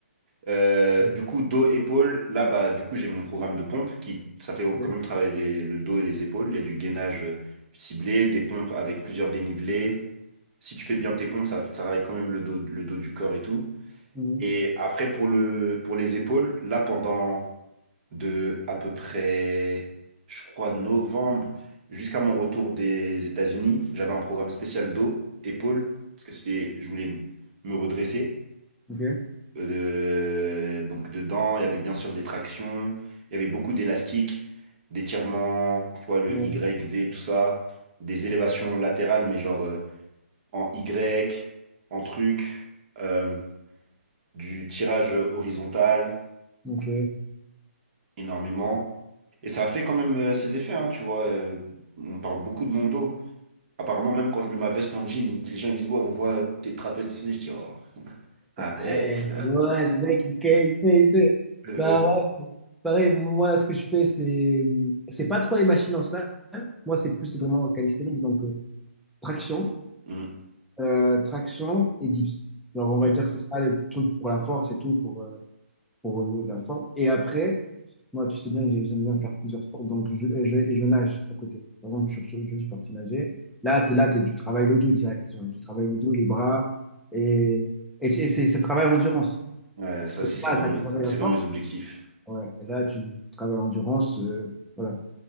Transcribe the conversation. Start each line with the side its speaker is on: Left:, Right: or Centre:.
Right: Euh,
Centre: Ouais.
Right: du coup, dos, épaule, là, bah, du coup, j'ai mon programme de pompe qui, ça fait quand
Centre: Ok.
Right: même travailler les- le dos et les épaules. Il y a du gainage euh, ciblé, des pompes avec plusieurs dénivelés. Si tu fais bien tes pompes, ça, ça travaille quand même le dos, le dos du corps et tout.
Centre: Mhm.
Right: Et après, pour le, pour les épaules, là, pendant de à peu près, je crois, novembre jusqu'à mon retour des États-Unis. J'avais un programme spécial dos, épaules, parce que c'était, je voulais me redresser.
Centre: Ok.
Right: Euh, de- donc dedans, il y avait bien sûr des tractions, il y avait beaucoup d'élastiques, d'étirements, tu vois, le
Centre: Ouais.
Right: Y, V, tout ça, des élévations latérales, mais genre euh, en Y, en truc, euh, du tirage horizontal.
Centre: Ok.
Right: énormément. Et ça a fait quand même euh, ses effets, hein, tu vois. euh, on parle beaucoup de mon dos. Apparemment, même quand je mets ma veste en jean, ils- les gens ils disent, ouais, on voit tes trapèzes dessinés. Je dis, oh, arrête.
Centre: Ouais, ouais, le mec, il il fait, il sait.
Right: <laughs>
Centre: Bah ouais, pareil, moi, ce que je fais, c'est c'est pas trop les machines en salle. Moi, c'est plus c'est vraiment calisthenics, donc euh, traction,
Right: Mm,
Centre: euh, traction et dips. Alors, on
Right: ouais.
Centre: va dire que c'est ça les trucs pour la force et tout, pour, euh, pour euh, la forme. Et après, moi, tu sais bien que j'ai- j'aime bien faire plusieurs sports, donc je, et je, et je nage à côté. Par exemple, je, suis- je suis parti nager. Là, t'es là, t'es- tu travailles le dos direct. Genre, Tu travailles le dos, les bras, et, et, c'est c'est- c'est travail en endurance.
Right: Ouais, ça
Centre: Parce que
Right: aussi, c'est
Centre: là,
Right: dans
Centre: tu as
Right: mes,
Centre: travaillé
Right: c'est
Centre: la force,
Right: dans mes objectifs.
Centre: ouais. Et là, tu travailles l'endurance, euh, voilà.